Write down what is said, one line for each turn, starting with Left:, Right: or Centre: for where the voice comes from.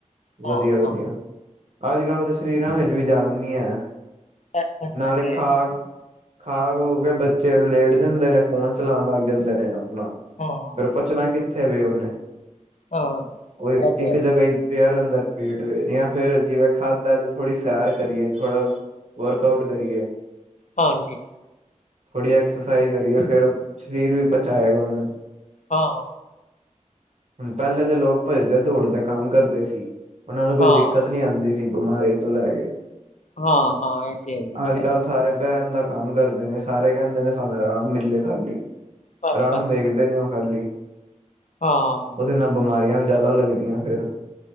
Left: ਹਾਂ,
Right: ਵਧੀਆ-ਵਧੀਆ
Left: ਹਾਂ,
Right: ਅੱਜ ਕੱਲ੍ਹ ਦੇ ਸਰੀਰਾਂ ਵਿੱਚ ਵੀ ਜਾਨ ਨੀ ਐ
Left: ਬਸ, ਬਸ
Right: ਨਾਲੇ
Left: ਇਹ ਤੇ
Right: ਖਾ
Left: ਹੈ ਹੀ,
Right: ਖਾ ਖੂ ਕੇ ਬੱਚੇ ਲੇਟ ਜਾਂਦੇ ਨੇ ਫੋਨ ਚਲਾਉਣ ਲੱਗ ਜਾਂਦੇ ਨੇ ਆਪਣਾ
Left: ਹਾਂ
Right: ਫਿਰ ਪੱਚਣਾ ਕਿੱਥੇ ਵੇ ਉਹਨੇ
Left: ਹਾਂ,
Right: ਉਹ
Left: ਇਹ ਤੇ
Right: ਇੱਕ
Left: ਹੈ
Right: ਜਗ੍ਹਾ ਹੀ ਪਿਆ ਰਹਿੰਦਾ ਪੇਟ ਜਾਂ ਫਿਰ ਜਿਵੇਂ ਖਾਦਾ ਹੈ ਤੇ ਥੋੜੀ ਸੈਰ ਕਰੀਏ ਥੋੜ੍ਹਾ ਵਰਕ ਆਊਟ ਕਰੀਏ
Left: ਹਾਂਜੀ
Right: ਥੋੜੀ ਐਕਸਰਸਾਈਜ਼ ਕਰੀਏ ਫਿਰ ਸਰੀਰ ਵੀ ਪਚਾਏਗਾ ਉਹਨੂੰ
Left: ਹਾਂ
Right: ਹੁਣ ਪਹਿਲੇ ਦੇ ਲੋਕ ਭੱਜਦੇ ਦੌੜਦੇ ਕੰਮ ਕਰਦੇ ਸੀ ਉਹਨਾਂ ਨੂੰ ਕੋਈ
Left: ਹਾਂ,
Right: ਦਿੱਕਤ ਨਹੀਂ ਨੀ ਆਉਂਦੀ ਸੀ ਬਿਮਾਰੀ ਤੋਂ ਲੈ ਕੇ
Left: ਹਾਂ ਹਾਂ ਇਹ ਤੇ ਹੈ ਹੀ
Right: ਅੱਜ
Left: ਹੈ।
Right: ਕੱਲ੍ਹ ਸਾਰੇ ਬੈਨ ਦਾ ਕੰਮ ਕਰਦੇ ਨੇ ਸਾਰੇ ਕਹਿੰਦੇ ਨੇ ਸਾਨੂੰ ਆਰਾਮ ਮਿਲੇ ਖਾਲੀ
Left: ਬਸ,
Right: ਆਰਾਮ
Left: ਬਸ,
Right: ਵੇਖਦੇ ਨੇ ਉਹ ਖਾਲੀ
Left: ਹਾਂ
Right: ਉਹਦੇ ਨਾਲ ਬਿਮਾਰੀਆਂ ਜ਼ਿਆਦਾ ਲੱਗਦੀਆਂ ਫਿਰ